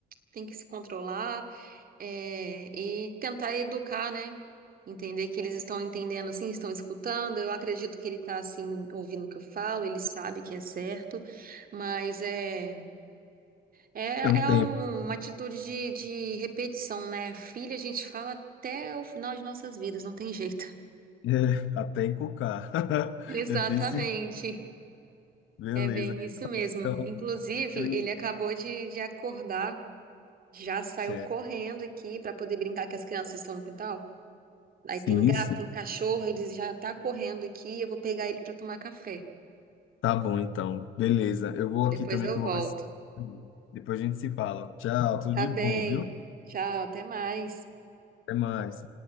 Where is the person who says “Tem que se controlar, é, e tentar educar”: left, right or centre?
Right